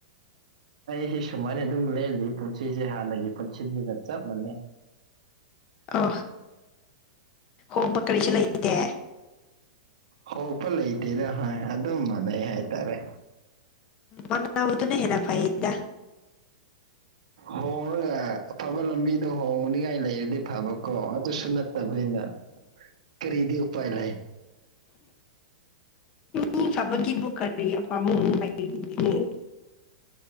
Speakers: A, on the right; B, on the left.
A: ꯑꯩꯁꯤꯦ ꯁꯨꯃꯥꯏꯅ ꯑꯗꯨꯝ ꯂꯦꯜꯂꯤ ꯄꯨꯟꯁꯤꯁꯦ ꯍꯥꯟꯅꯒꯤ ꯄꯨꯟꯁꯤꯗꯨꯒ ꯆꯞ ꯃꯥꯟꯅꯩ
B: ꯑ ꯍꯣꯡꯕ ꯀꯔꯤꯁꯨ ꯂꯩꯇꯦ
A: ꯍꯄ ꯂꯩꯇꯦꯅ ꯍꯣꯏ ꯑꯗꯨꯝ ꯃꯥꯟꯅꯩ ꯍꯥꯏꯇꯥꯔꯦ
B: ꯎ ꯃꯗꯨ ꯅ ꯍꯦꯅ ꯐꯥꯏꯗ
A: ꯍꯣꯡꯉꯒ ꯑꯐꯕ ꯂꯝꯕꯤꯗ ꯍꯣꯡꯕꯅꯤꯉꯥꯏ ꯂꯩꯔꯗꯤ ꯐꯕꯀꯣ ꯑꯗꯨꯁꯨ ꯅꯠꯇ ꯇꯕꯅꯤꯅ ꯀꯔꯤꯗꯤ ꯎꯄꯥꯏ ꯂꯩ
B: ꯃꯤ ꯐꯕꯒꯤꯕꯨ ꯀꯔꯤ ꯑꯄꯥꯝꯕꯨꯡꯅꯨꯡ ꯂꯩꯅꯤ